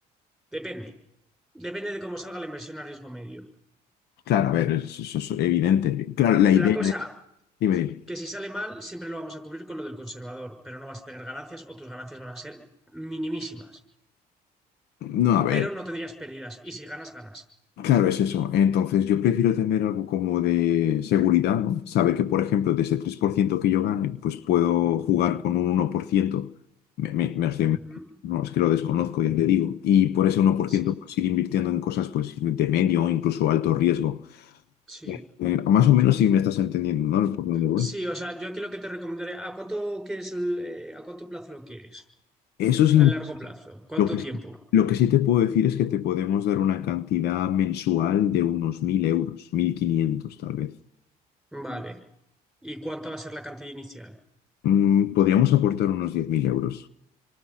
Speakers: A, in the centre; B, on the left.
A: depende. Depende de cómo salga la inversión a riesgo medio.
B: Claro, a ver, eso, eso es evidente. Claro, la
A: La
B: idea.
A: cosa
B: Dime, dime.
A: que si sale mal, siempre lo vamos a cubrir con lo del conservador, pero no vas a tener ganancias o tus ganancias van a ser minimísimas,
B: No, a ver.
A: pero no tendrías pérdidas y si ganas, ganas.
B: Claro, es eso. Entonces, yo prefiero tener algo como de seguridad, ¿no? Saber que, por ejemplo, de ese 3% que yo gane, pues puedo jugar con un 1%. Me, me, me lo estoy
A: Ujú,
B: inventando. No, es que lo desconozco, ya te digo. Y por ese uno por
A: Sí,
B: ciento pues ir invirtiendo en cosas, pues, de medio o incluso alto riesgo.
A: sí.
B: Eh, eh, más o menos si me estás entendiendo, ¿no? Por dónde voy.
A: Sí, o sea, yo aquí lo que te recomendaré, ¿a cuánto quieres el, eh, a cuánto plazo lo quieres?
B: Eso sí,
A: ¿A largo plazo? ¿Cuánto
B: lo que,
A: tiempo?
B: sí, lo que sí te puedo decir es que te podemos dar una cantidad mensual de unos 1.000 euros, 1.500 tal vez.
A: Vale. ¿Y cuánto va a ser la cantidad inicial?
B: Mm, podríamos aportar unos 10.000 euros.